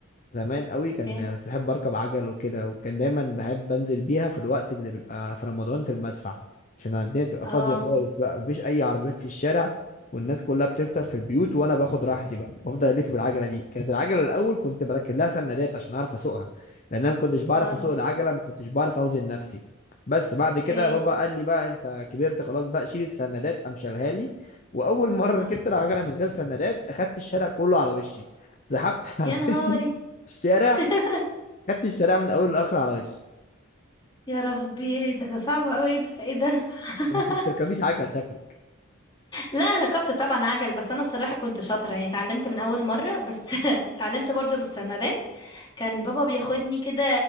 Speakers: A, on the left (about 40°); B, on the left (about 20°).
A: زمان قوي
B: اوكي
A: كان كنت بحب اركب عجل وكده وكان دايما بحب انزل بيها في الوقت اللي بيبقى في رمضان في المدفع عشان الدنيا تبقى
B: اه
A: فاضيه خالص بقى مفيش اي عربيات في الشارع والناس كلها بتفطر في البيوت وانا باخد راحتي بقى بفضل الف بالعجله دي كانت العجله الاول كنت بركب لها سندات عشان اعرف اسوقها لان انا ما كنتش بعرف
B: اه
A: اسوق العجله ما كنتش بعرف اوزن نفسي بس بعد كده
B: اوكي
A: بابا قال لي بقى انت كبرت خلاص بقى شيل السندات قام شالها لي واول مره
B: اه
A: ركبت العجله من غير سندات اخدت الشارع كله على وشي زحفت <laughs> على
B: يا نهاري
A: وشي الشارع
B: <laughs>
A: خدت الشارع من اوله لاخره على وشي
B: يا ربي ايه ده ده صعب قوي ايه ده ايه ده <laughs>
A: انت بتركبيش عجل شكلك
B: لا ركبت طبعا عجل بس انا الصراحه كنت شاطره يعني اتعلمت من اول مره بس <laughs> اتعلمت برضو بالسندات كان بابا بياخدني كده